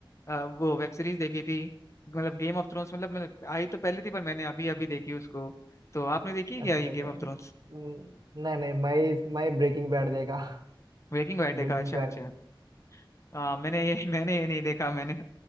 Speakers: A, on the left; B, on the right.
A: अ, वो वेब सीरीज देखी थी मतलब गेम ऑफ थ्रोन्स मतलब मैं आई तो पहले थी पर मैंने अभी अभी देखी उसको तो आपने देखी क्या
B: अच्छा
A: ये
B: अच्छा
A: game of
B: हम्म,
A: thrones
B: नहीं नहीं मैं मैं ब्रेकिंग बैड देखा <laughs>
A: Breaking bad
B: ब्रेकिंग
A: देखा अच्छा
B: बैड
A: अच्छा आ, मैंने ये <laughs> मैंने ये नहीं देखा मैंने